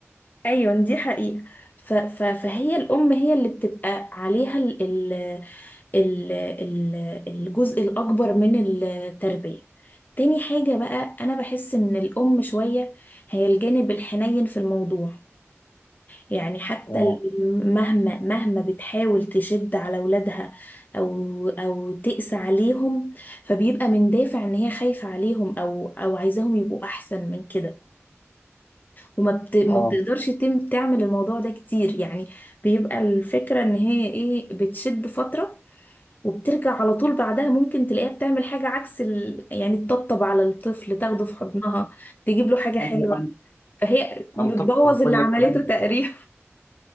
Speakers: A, on the left (about 40°); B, on the left (about 70°).
A: ايوه دي حقيقة ف... ف... فهي الام هي اللي بتبقى عليها ال... ال... ال... ال... الجزء الاكبر من التربية تاني حاجة بقى انا بحس ان الام شوية هي الجانب الحنين في الموضوع يعني حتى
B: أه
A: الأم مهما مهما بتحاول تشد على ولادها او او تقسى عليهم فبيبقى من دافع ان هي خايفة عليهم او او عايزاهم يبقوا احسن من كده وما بت... ما
B: أه
A: بتقدرش تم تعمل الموضوع ده كتير يعني بيبقى الفكرة ان هي ايه بتشد فترة وبترجع على طول بعدها ممكن تلاقيها بتعمل حاجة عكس ال... يعني تطبطب على الطفل تاخده في حضنها تجيب له حاجة حلوة
B: أنا أنا-
A: فهي بتبوظ
B: أنا متفق مع
A: اللي
B: كل
A: عملته
B: الكلام
A: تقريبا